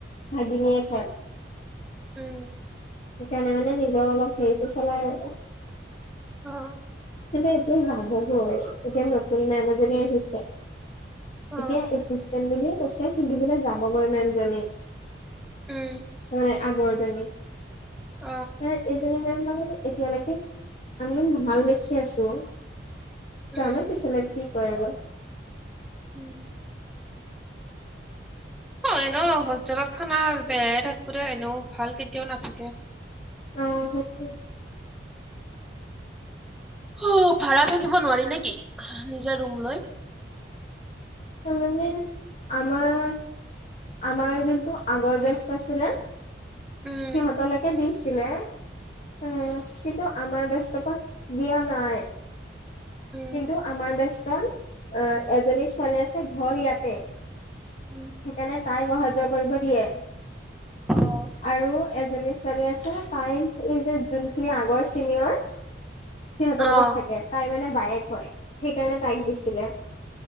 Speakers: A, on the left; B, in the centre.
A: ভাগিনীয়েক হয়।
B: উম।
A: সেইকাৰণে মানে নিজৰ অলপ হেৰিটো চলাই আৰু।
B: অ
A: কিন্তু এতিয়া যাবগৈ এতিয়া ন নতুন মেম এজনি আহিছে।
B: অ
A: এতিয়া এচিষ্টেন বুলিয়ে কৈছে কিনেবেলাক <unintelligible> যাবগৈ মেম জনী। তাৰমানে
B: উম
A: আগৰ জনী।
B: অ
A: এ এইজনী মেম বাৰু এতিয়ালৈকে আমি ভাল দেখি আছো।
B: উম
A: যানো পিচলে কি কৰে গৈ।
B: উম অ' এনেও হোষ্টেলত খানা বেয়াই থাকিবে দে এনেও ভাল কেতিয়াও নাথাকে।
A: অ' সেইটো
B: অ' ভাৰা থাকিব নোৱাৰি নেকি নিজে ৰুম লৈ?
A: তাৰমানে আমাৰ আমাৰ যোনটো আগৰ বেষ্ট আছিলে
B: উম
A: সিহঁতলৈকে দিছিলে অ' কিন্তু আমাৰ বেষ্টৰ পৰা দিয়া নাই।
B: উম
A: কিন্তু আমাৰ বস্ত কাৰ এজনী কলেজ তাই ঘৰ ইয়াতে। সেইকাৰণে
B: উম
A: তাই অহা-যোৱা কৰিব দিয়ে।
B: অ
A: আৰু এজনী ছোৱালী আছে তাই এই যে যোনখিনি আগৰ চিনিয়ৰ, সিহঁতৰ
B: অ
A: লগত থাকে। তাই মানে বায়েক সেই তাগ দিছিলে <inaudible>